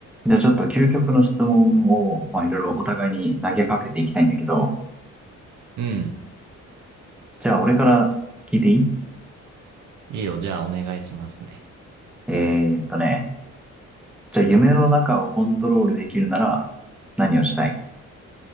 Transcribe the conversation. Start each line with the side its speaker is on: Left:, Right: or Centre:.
Centre: じゃあちょっと究極の質問を、まあ、いろいろお互いに投げかけていきたいんだけど、
Right: うん。
Centre: じゃあ俺から聞いていい
Right: いいよ。じゃあ、お願いしますね。
Centre: えーっとね、じゃあ夢の中をコントロールできるなら何をしたい